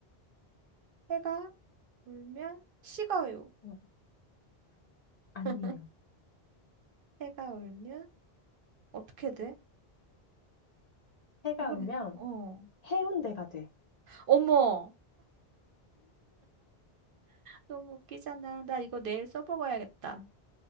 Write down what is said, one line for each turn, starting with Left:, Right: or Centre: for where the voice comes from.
Right: 해가 울면 식어요.
Left: 음, 아니에요.
Right: <laughs> 해가 울면 어떻게 돼?
Left: 해가
Right: 모르겠.
Left: 울면
Right: 어.
Left: 해운대가 돼.
Right: 어머. 너무 웃기잖아. 나 이거 내일 써먹어야겠다.